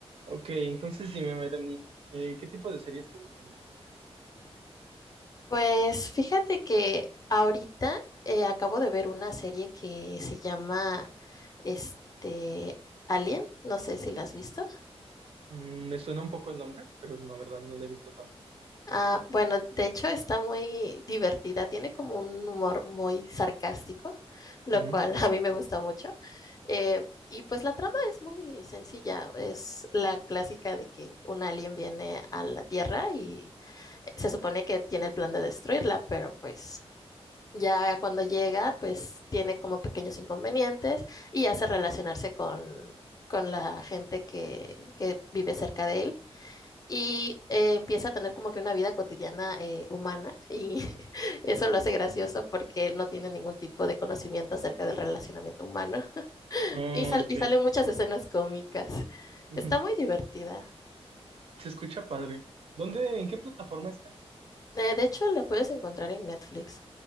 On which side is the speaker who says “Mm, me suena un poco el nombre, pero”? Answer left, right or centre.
Right